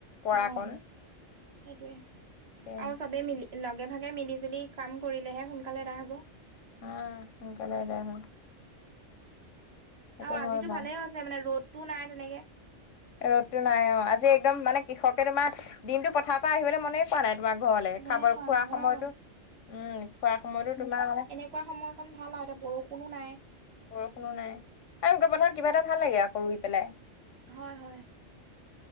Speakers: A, on the left; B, on the right.
A: পৰাকণ
B: অ', সেইটোৱে আৰু
A: উম
B: চবেই মিলি লগে ভাগে মিলি - জুলি কাম কৰিলেহে সোনকালে এদায় হ'ব।
A: উম, সোনকালে এদায় হয়! সেইটো
B: অ', আজিতো
A: হয় বাৰু
B: ভালে হৈছে মানে ৰ'দটো নাই তেনেকে।
A: ৰ'দটো নাই অ' আজি একদম মানে কৃষকে তোমাৰ দিনটো পথাৰৰ পৰা আহিবলে মনে - কৰা নাই তোমাৰ ঘৰলে,
B: মনে
A: খাবৰ
B: কৰা
A: খোৱা
B: নাই
A: সময়তো
B: অ'।
A: উম, খোৱা সময়তো তোমাৰ মানে -
B: খোৱা সময়কণ ভাল আৰু এতিয়া বৰষুণো নাই।
A: বৰষুনো নাই, আৰু উকা পথাৰত কিবা এটা ভাল লাগে আকৌ ৰুই পেলাই।
B: হয় হয়।